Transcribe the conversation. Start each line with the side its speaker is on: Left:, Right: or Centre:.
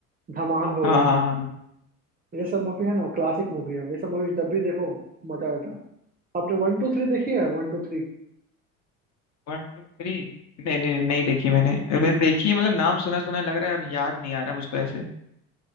Right: धमाल हो
Left: हाँ
Right: गया
Left: हाँ हाँ
Right: ये सब मूवी है ना क्लासिक मूवी है ये सब मूवी जब भी देखो मजा आता है आपने वन टू थ्री देखी है One two three
Left: One two three नहीं नहीं नहीं देखी मैंने मैंने देखी है, मतलब नाम सुना सुना लग रहा है अब याद नहीं आ रहा मुझको ऐसे